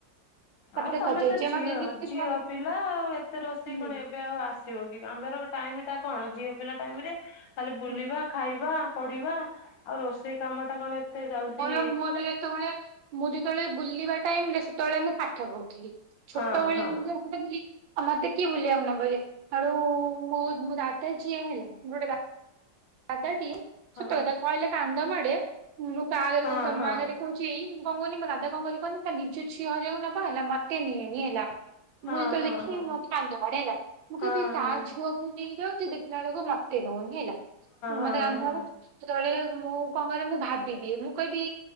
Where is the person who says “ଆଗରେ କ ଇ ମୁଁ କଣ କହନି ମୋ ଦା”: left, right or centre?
Right